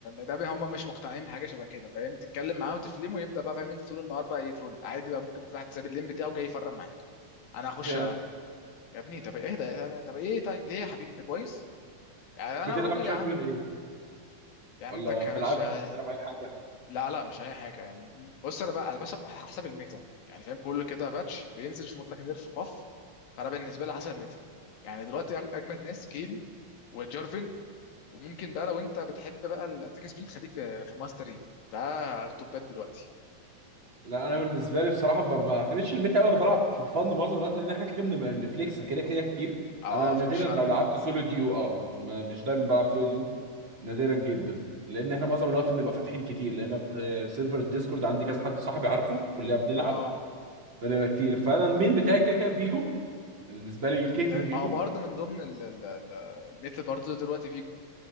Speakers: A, on the left; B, on the right.
A: ده هم مش مقتنعين بحاجه شبه كده فاهم تتكلم معاه وتفلمه ويبدا بقى فاهم انت طول النهار بقى يترول عادي بقى ممكن واحد ساب اللين بتاعه جاي يفرم معاك انا هخش
B: ف-
A: يا ابني طب ايه ده طب ايه طيب ليه يا حبيبي انت كويس يعني
B: بتلعب
A: انا وراجل يا
B: شامبيون
A: عم
B: ايه
A: يعني
B: ولا
A: عندك
B: ما بتلعبش
A: يا باشا
B: بتلعب اي حاجة
A: لا لا مش اي حاجه يعني بص انا بقى على بس على حسب الميتا يعني فاهم كل كده باتش بينزل يشمط لك نيرف باف فانا بالنسبه لي على حسب الميتا يعني دلوقتي أج- اجمد ناس كين وجارفن وممكن بقى لو انت بتحب بقى الاتاك سبيد خليك في في ماستري ده التوبات دلوقتي
B: لا انا بالنسبه لي بصراحه ما ما بعتمدش الميت قوي انا بلعب فور فن معظم الوقت لان احنا كده كده بنبقى بنفليكس كده كده كتير
A: اه
B: انا نادرا
A: فمش فارقه
B: لو لعبت سولو ديو اه ما مش دايما بلعب سولو ديو نادرا جدا لان احنا معظم الوقت بنبقى فاتحين كتير لان في سيرفر الديسكورد عندي كذا حد صاحبي عارفه كلنا بنلعب
A: اه
B: بنبقى كتير فانا المين بتاعي كده كده فيجو بالنسبه لي الكينج
A: ده
B: فيجو
A: ما هو برضه من ضمن ال- ال- ال- الميتا برضه دلوقتي فيجو